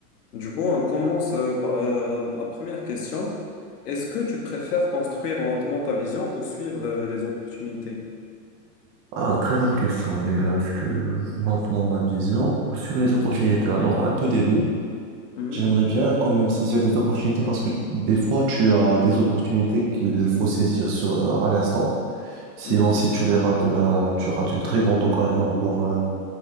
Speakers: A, on the left; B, on the right.
A: Du coup, on commence euh, par euh, ma première question. Est-ce que tu préfères construire lentement ta vision ou suivre euh, les opportunités?
B: Ah, très bonne question déjà. Est-ce que lentement ma vision ou suivre les opportunités? Alors, un peu des deux.
A: Mhm,
B: J'aimerais bien quand même saisir des opportunités parce que des fois, tu as des opportunités qu'il faut saisir sur, euh, à l'instant. Sinon,
A: mhm.
B: si tu les rates, bah, tu rates une très grande occasion pour, euh,